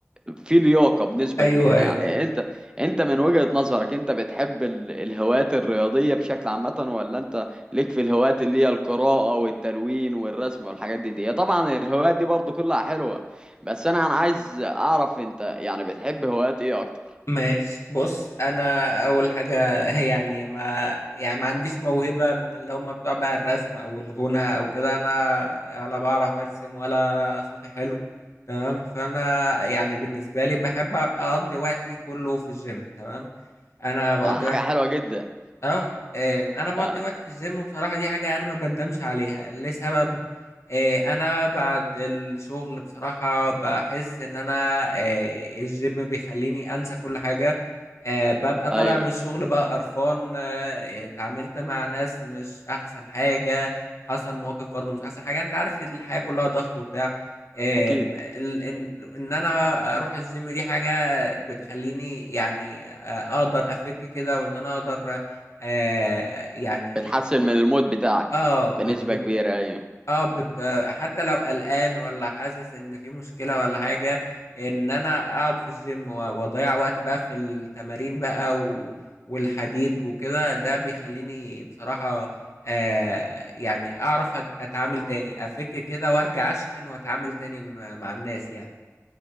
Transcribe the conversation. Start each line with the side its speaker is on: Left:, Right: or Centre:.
Right: في لياقة بنسبة
Left: ايوه
Right: كبيرة
Left: ايوه
Right: يعني انت انت من وجهة نظرك انت بتحب ال- الهوايات الرياضية بشكل عامة ولا انت ليك في الهوايات اللي هي القراءة والتلوين والرسم والحاجات دي دي طبعا الهوايات دي برضو كلها حلوة بس انا انا عايز اعرف انت يعني بتحب هوايات ايه اكتر
Left: ماشي بص انا اول حاجه <laughs> هي يعني ما يعني ما عنديش موهبه من اللي هم بتوع بقى الرسم او الغنى او كده انا ولا بعرف ارسم ولا صوتي حلو تمام فانا يعني بالنسبه لي بحب اقضي وقتي كله في الجيم تمام انا بقضي
Right: ده حاجة
Left: وقتي
Right: حلوة جدا
Left: اه آم، انا بقضي
Right: لا
Left: وقت في الجيم وبصراحه دي حاجه انا ما بندمش عليها لسبب آه، انا بعد الشغل بصراحه بحس ان انا آه، الجيم بيخليني انسى كل حاجه آه، ببقى طالع
Right: ايوه
Left: من الشغل بقى قرفان آه، اتعاملت مع ناس مش احسن حاجه حصل مواقف برضو مش احسن حاجه انت عارف الحياه كلها ضغط وبتاع آم،
Right: اكيد
Left: ال- ان إن انا اروح الجيم دي حاجه بتخليني يعني آه، اقدر افك كده وان انا اقدر آه يعني
Right: بتحسن من المود بتاعك
Left: اه بت
Right: بنسبة
Left: بت
Right: كبيرة ايوه
Left: اه بت آه، حتى لو قلقان ولا حاسس ان في مشكلة ولا حاجة ان انا اقعد في الجيم و- واضيع وقت بقى في التمارين بقى و والحديد وكده ده بيخليني بصراحة آه يعني اعرف أت- اتعامل تاني افك كده وارجع اشحن واتعامل تاني م- مع الناس يعني